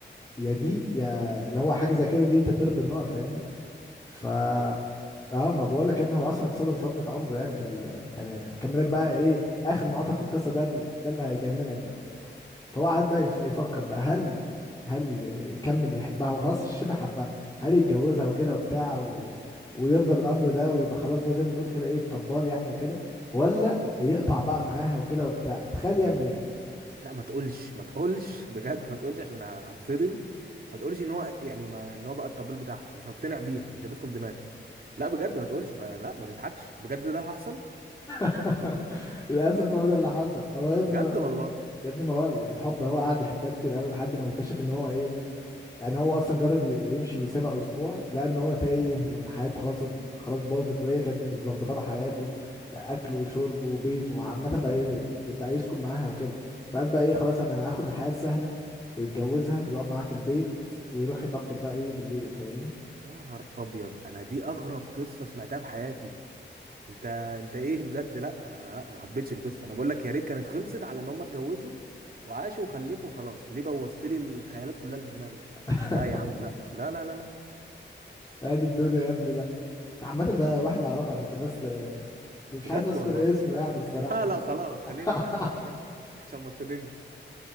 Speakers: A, on the left (about 20°); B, on the right (about 50°).
A: يا دي يا اللي هو حاجه زي كده دي تتضرب بالنار فاهمني ف
B: يا نهار ابيض
A: اه ما بقول لك يا ابني هو اصلا اتصدم صدمه عمره يعني في ال... يعني هكملك بقى ايه اخر منعطف في القصه ده ال- ده اللي هيجننك بقى فهو قعد بقى يف- يفكر بقى هل هل ي- يكمل يحبها هو خلاص شبه حبها هل يتجوزها وكده وبتاع و... ويرضى بالامر ده ويبقى خلاص بقى زي ما تقول كده ايه الطبال يعني وكده ولا يقطع بقى معاها وكده وبتاع تخيل يعمل ايه
B: لا ما تقولش ما تقولش <laughs> بجد ما تقولش عشان هتصدم ما تقولش ان هو يعني ما ان هو بقى الطبيب بتاعها مش هقتنع بيها مش هتدخل دماغي لا بجد ما تقولش ما لا ما تضحكش بجد ده اللي حصل
A: <laughs> للاسف هو ده اللي حصل هو يا ابني
B: بجد
A: وانا اقول
B: والله
A: لك يا ابني ما هو الحب هو قعد يحبها كتير قوي لحد ما اكتشف ان هو ايه يعني هو اصلا جرب يمشي ويسيبها اسبوع لان هو تايه وان حياته خلاص خلاص باظت وهي كانت مظبطه له حياته اكله وشربه وبيته وعامه بقى ي- بقى يسكن معاها وكده فقال بقى ايه خلاص انا هاخد الحياه السهله ويتجوزها ويقعد معاها في البيت ويروح يطبل بقى ايه بالليل فاهمني
B: يا نهار ابيض انا دي اغرب قصه سمعتها في حياتي انت انت ايه بجد لا انا أنا لا ما حبيتش القصه انا بقول لك يا ريت كانت خلصت على ان هم اتجوزوا وعاشوا وخلفوا وخلاص ليه بوظت لي الخيالات كلها اللي في دماغي
A: <laughs>
B: لا يا عم لا لا لا لا لا لا.
A: ادي الدنيا يا ابني بقى عامه ده واحد نعرفه عشان تبقى بس آه، مش
B: بجد
A: عايز اذكر
B: والله
A: اسمه يعني الصراحه
B: <laughs> لا لا خلاص
A: <laughs>
B: خليني مش عارف احسن عشان ما تصدمش